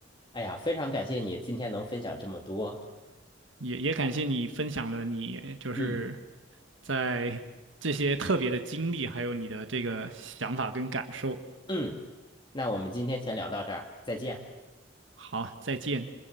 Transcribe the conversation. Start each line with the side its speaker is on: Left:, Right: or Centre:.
Left: 哎呀，非常感谢你今天能分享这么多。
Right: 也也感谢你分享了你就是
Left: 嗯
Right: 在这些特别的经历，还有你的这个想法跟感受。
Left: 嗯，那我们今天先聊到这儿，再见。
Right: 好，再见。